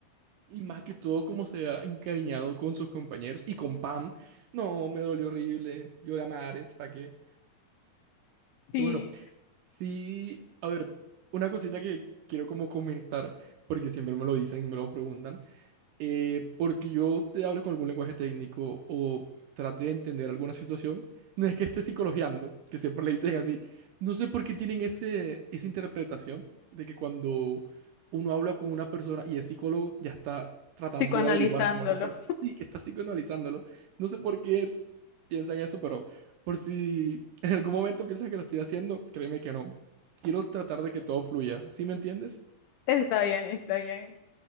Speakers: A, on the right; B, on the left.
A: Y más que todo, como se ha encariñado con sus compañeros y con Pam. No, me dolió horrible. Lloré a mares, ¿para qué?
B: <laughs> sí,
A: Pero bueno, sí. A ver, una cosita que quiero como comentar, porque siempre me lo dicen y me lo preguntan. eh, porque yo te hablo con algún lenguaje técnico o trate de entender alguna situación, no es que esté psicologiando, que siempre le dicen así. No sé por qué tienen ese, esa interpretación de que cuando uno habla con una persona y es psicólogo, ya está tratando
B: psicoanalizándolo.
A: de averiguar cómo es la persona. <laughs> Sí, que está psicoanalizándolo. No sé por qué piensan eso, pero por si en algún momento piensan que lo estoy haciendo, créeme que no. Quiero tratar de que todo fluya. ¿Sí me entiendes?
B: Está bien, está bien.